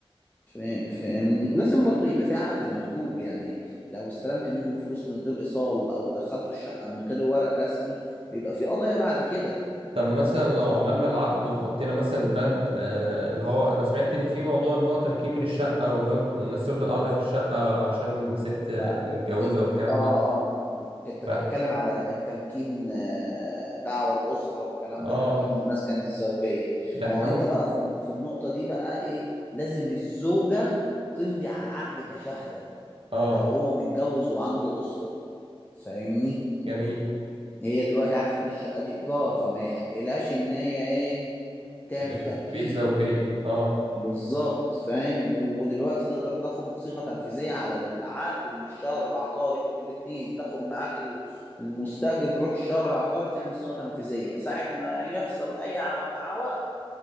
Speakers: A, on the left (about 20°); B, on the right (about 65°).
A: فا- فاهمني ولازم برضو يبقى في عقد مكتوب يعني لو استلمت منه فلوس من غير إيصال أو دخلته الشقة من غير ورق رسمي بيبقى في قضايا بعد كده
B: طب مثلا لو عملنا العقد وحطينا مثلا بند آه اللي هو انا سمعت ان في موضوع اللي هو تمكين من الشقه واللي هو الناس تفضل قاعده في الشقه عشان ست
A: لا
B: متجوزه
A: ما- انت
B: والكلام
A: اه
B: ده
A: اه انت
B: ف
A: بتتكلم على التمكين آه، دعوة الأسرة والكلام
B: اه
A: ده تمكين المسكن الزوجية
B: ده احنا
A: ما هو
B: ممكن
A: انت بقى في في النقطة دي بقى ايه لازم الزوجة تمضي على العقد كشهادة
B: اه
A: لو هو متجوز وعنده أسرة فاهمني
B: جميل
A: هي دلوقتي عارفة ان الشقة دي إيجار فما يحقلهاش ان هي ايه تعمل
B: آه،
A: تمكين
B: بيت زوجيه اه
A: بالظبط فاهم و- ودلوقتي تقدر تاخد صيغة تنفيذية على العقد من الشهر العقاري انتوا الاتنين تاخد معاك ال- المستأجر تروح الشهر العقاري تعمل صيغة تنفيذية ساعة ما يحصل أي عو- عوق